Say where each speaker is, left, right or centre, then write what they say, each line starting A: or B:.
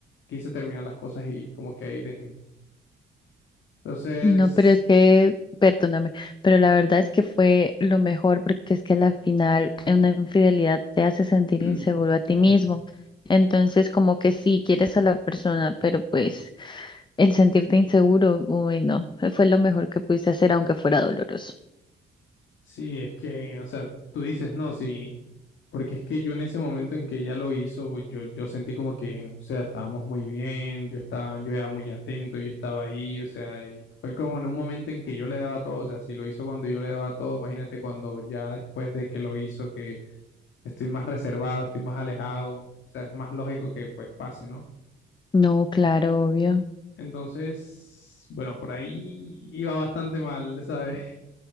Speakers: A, on the left; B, on the left.
A: quise terminar las cosas y como que ahí dejé. Entonces,
B: No, pero es que, perdóname, pero la verdad es que fue lo mejor porque es que a la final una infidelidad te hace sentir
A: <clears throat>
B: inseguro a ti mismo. Entonces, como que sí, quieres a la persona, pero pues... El sentirte inseguro, uy, no, fue lo mejor que pudiste hacer, aunque fuera doloroso.
A: sí, es que, o sea, tú dices no, sí, porque es que yo en ese momento en que ella lo hizo, pues, yo, yo sentí como que, o sea, estábamos muy bien, yo estaba, yo era muy atento, yo estaba ahí, o sea, y fue como en un momento en que yo le daba todo, o sea, si lo hizo cuando yo le daba todo, imagínate cuando ya después de que lo hizo, que estoy más reservado, estoy más alejado, o sea, es más lógico que pues pase, ¿no?
B: No, claro, obvio.
A: Entonces, bueno, por ahí iba bastante mal, ¿sabes? <laughs>